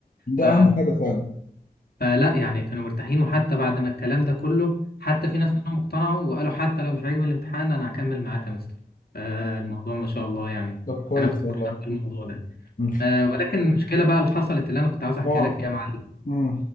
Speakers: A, on the left; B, on the left.
A: ده
B: ف...
A: اهم حاجه فعلا
B: فلا يعني كانوا مرتاحين وحتى بعد ما الكلام ده كله حتى في ناس كانوا مقتنعوا وقالوا حتى لو مش عاجبني الامتحان انا هكمل معاك يا مستر فالموضوع ما شاء الله يعني
A: طب كويس
B: انا كنت
A: والله
B: فرحان بالموضوع ده
A: مم.
B: آه ولكن المشكلة بقى اللي حصلت اللي أنا كنت عاوز أحكيها
A: اه
B: لك إيه يا معلم
A: امم